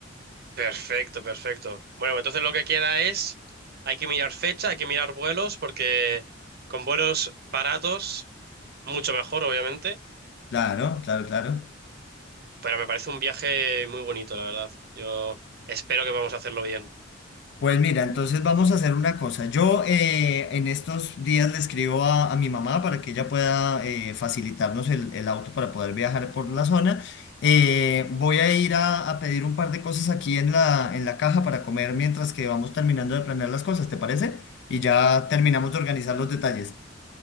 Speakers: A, on the right; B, on the left.
A: Perfecto, perfecto. Bueno, pues entonces lo que queda es, hay que mirar fecha, hay que mirar vuelos, porque con vuelos baratos, mucho mejor, obviamente,
B: Claro, claro, claro.
A: pero me parece un viaje muy bonito, la verdad. Yo espero que vamos a hacerlo bien.
B: Pues mira, entonces vamos a hacer una cosa. Yo eh, en estos días le escribo a, a mi mamá para que ella pueda eh, facilitarnos el, el auto para poder viajar por la zona. Eh, voy a ir a, a pedir un par de cosas aquí en la, en la caja para comer mientras que vamos terminando de planear las cosas, ¿te parece? Y ya terminamos de organizar los detalles.